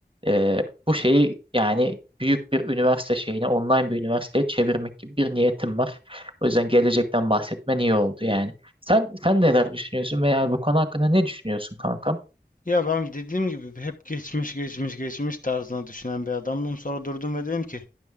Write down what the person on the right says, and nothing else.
ee, bu şeyi yani büyük bir üniversite şeyine online bir üniversiteye çevirmek gibi bir niyetim var. O yüzden gelecekten bahsetmen iyi oldu yani. Sen sen neler düşünüyorsun veya bu konu hakkında ne düşünüyorsun kankam?